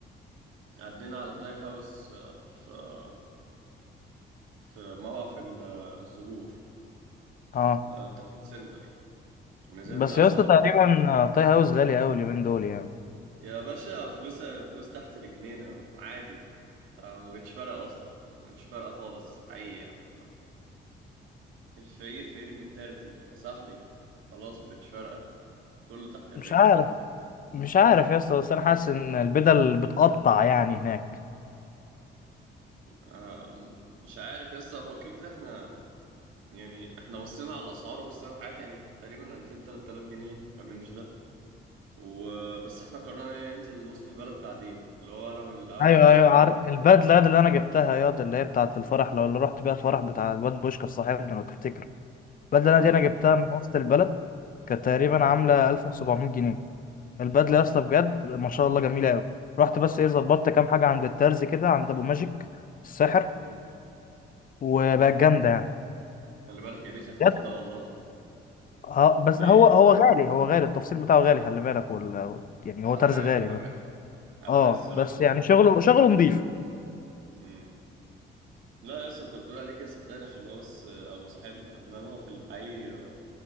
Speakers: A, on the right; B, on the left.
A: عدينا على تاي هاوس آه، في آه، في موقف ال- آه، الزهور
B: اه
A: آه، تاون سنتر نزلنا
B: بس
A: يا اسطى
B: يا اسطى
A: وب-
B: تقريبا تاي هاوس غالي قوي اليومين دول يعني
A: يا باشا فلوس فلوس تحت رجلينا عادي انت ما بقتش فارقه اصلا ما بقتش فارقه خالص حقيقي يعني ف- الفقير فقير منتاليتي يا صاحبي خلاص ما بقتش فارقه كله تحت الرجل
B: مش عارف مش عارف يا اسطى بس انا حاسس ان البدل بتقطع يعني هناك
A: آه، مش عارف يا اسطى هو كده كده احنا يعني احنا بصينا على الاسعار وبصينا على الحاجات يعني تقريبا 2000 3000 جنيه الرينج ده وبس احنا قررنا يعني ننزل وسط البلد بعدين اللي هو انا وال انا
B: ايوه
A: وال
B: ايوه عارف البدله دي اللي انا جبتها يا دي اللي هي بتاعه الفرح لو اللي رحت بيها الفرح بتاع الواد بوشكا صاحبنا لو تفتكر البدله
A: امم
B: دي انا جبتها من وسط البلد كانت تقريبا
A: امم
B: عامله 1700 جنيه البدله يا اسطى بجد ما شاء الله جميله قوي رحت بس ايه ظبطت كام حاجه عند الترز كده عند ابو ماجيك الساحر
A: امم
B: وبقت جامده يعني
A: خلي بالك ايديه خفيفه
B: بجد
A: ده والله
B: اه بس
A: ايه
B: هو هو غالي هو غالي التفصيل بتاعه غالي خلي بالك وال... يعني
A: حراق
B: هو ترز غالي
A: حراق
B: بس
A: حراق
B: اه
A: الصراحه
B: بس يعني شغله شغله نظيف
A: امم لا يا اسطى انت بتقول عليه كده صدقني عشان هو بس ابو صاحبنا انما هو في الحقيقي